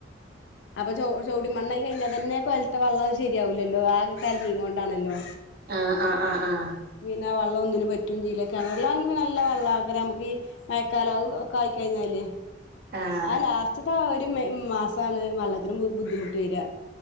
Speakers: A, on the left; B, on the right.
A: അപ്പൊ ചോടി മണ്ണ് ആയിക്കഴിഞ്ഞത്തന്നെ കോയലത്തെ വെള്ളം ശരിയാവില്ലല്ലോ ആകെ കലങ്ങികൊണ്ടണല്ലോ
B: ആ ആ ആ
A: പിന്നെ വള്ളം ഒന്നിനും പറ്റും ചെയ്യില്ല കിണറിൽ അണ്ണെങ്കിൽ നല്ല വള്ളം നമുക്ക് മഴാക്കാലം ഒക്കെ ആയിക്കാഴിഞ്ഞാൽ
B: ആഹ്
A: ആ ലാസത്തെത്തെ ആ ഒരു ഒരു മെയ്‌ മാസയാണ് വെള്ളത്തിനു ബുദ്ധിമുട്ട് വരാ